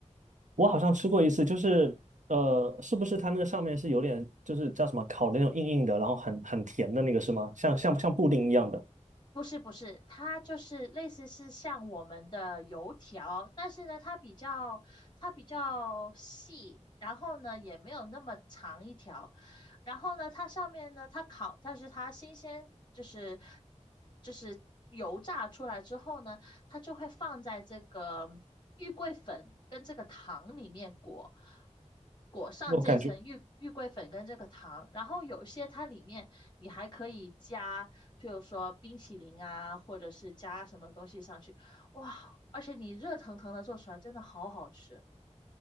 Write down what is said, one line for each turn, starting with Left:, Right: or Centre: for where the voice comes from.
Right: 我好像吃过一次，就是呃，是不是它那个上面是有点，就是叫什么烤的那种硬硬的，然后很很甜的那个是吗？像像像布丁一样的，
Left: 不是不是，它就是类似是像我们的油条，但是呢，它比较它比较细，然后呢也没有那么长一条，然后呢它上面呢它烤，但是它新鲜就是就是油炸出来之后呢，它就会放在这个玉桂粉跟这个糖里面裹，裹上这层玉玉桂粉跟这个糖，
Right: 我感觉。
Left: 然后有些它里面你还可以加，譬如说冰淇淋啊，或者是加什么东西上去，哇，而且你热腾腾的做出来真的好好吃